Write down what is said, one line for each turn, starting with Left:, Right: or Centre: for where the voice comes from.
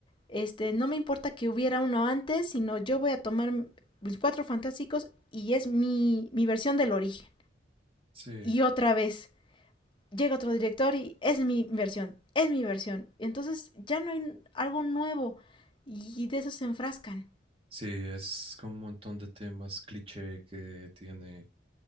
Left: este, no me importa que hubiera uno antes, sino yo voy a tomar mis Cuatro Fantásticos y es mi, mi versión del origen
Right: Sí, eh,
Left: y otra vez llega otro director y es mi versión, es mi versión. Entonces ya no hay algo nuevo y de eso se enfrascan.
Right: sí, es como un montón de temas cliché que tiene